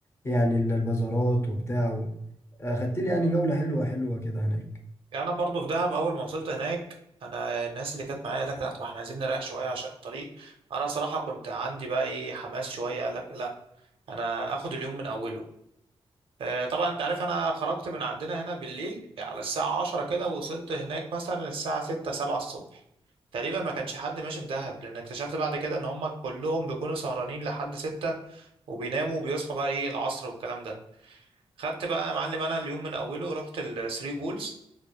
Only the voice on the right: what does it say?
انا برضو في دهب اول ما وصلت هناك انا الناس اللي كانت معايا قالت لا طبعا احنا عايزين نريح شويه عشان الطريق انا صراحه كنت عندي بقى ايه حماس شويه قال لك لا انا اخد اليوم من اوله آه، طبعا انت عارف انا خرجت من عندنا هنا بالليل على الساعة عشرة كده ووصلت هناك مثلا الساعة ستة سبعة الصبح تقريبا ما كانش حد ماشي في دهب لان اكتشفت بعد كده ان هم كلهم بيكونوا سهرانين لحد ستة وبيناموا وبيصحوا بقى ايه العصر والكلام ده خدت بقى يا معلم انا اليوم من اوله رحت الثري بولز